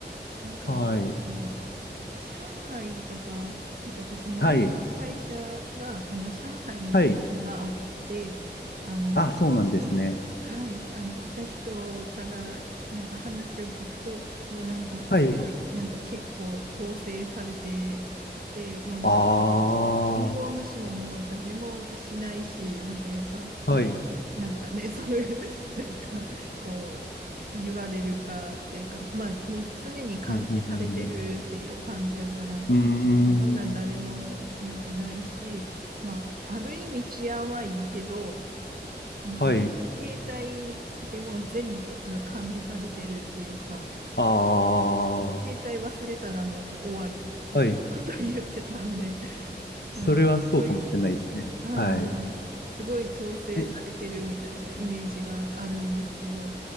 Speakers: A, on the right; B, on the left.
A: なんか、
B: はい。
A: こう、上海とか、なんか私、前の会社が、
B: はい。
A: あの、上海に拠点があって、
B: はい。
A: あの、
B: あ、
A: そこに、
B: そうなんですね。
A: はい、あの、いた人から、なんか話を聞くと、もうなんか、すごい、
B: はい。
A: なんか結構統制されてて、もうなんか、
B: ああ、
A: 信号無視ももう誰もしないし、なんかやっぱいつ、
B: はい。
A: なんかね、<laughs> そういう、<laughs> なんかこう、言われるかっていうか、まあもう常に監視されてるっていう感じやから、
B: うん、うん、うん。
A: そんなん誰もなんかないし、
B: うーん。
A: まあある意味治安はいいけど、まあ携帯でもう全部が管理されてるっていうか、
B: はい。ああ、は
A: 携帯忘れたらもう終わりみたいなことを言ってたんで、
B: い。それはそうかもしれないですね。
A: なんかすごいはい。
B: はい。
A: すごい統制されてるみたいなイメージがあるんですけど、
B: え、